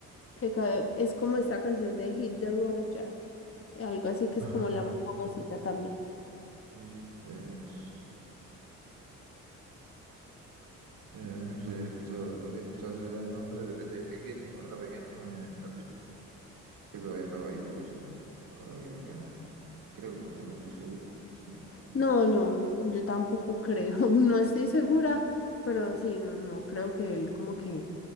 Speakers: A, on the left; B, on the right.
A: que ca- es como esta canción de Hit the Road Jack, algo así que
B: Ajá.
A: es como la más famosita también.
B: Sí, sí. Es... Eh, no sé, he escuchado, he escuchado ese nombre de, pe- de pequeño, cuando era pequeño, eh, en la tele. Que todavía estaba vivo ese hombre. Ahora creo que no. Creo, aunque no estoy seguro. No sé.
A: No, no, yo tampoco creo, <laughs> no estoy segura, pero sí, no, no, creo que él como que